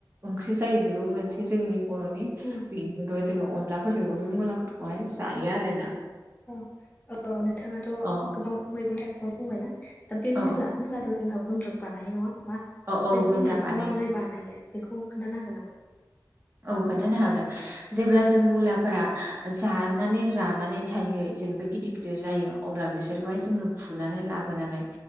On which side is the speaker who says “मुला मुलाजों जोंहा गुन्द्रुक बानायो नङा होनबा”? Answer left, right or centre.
Left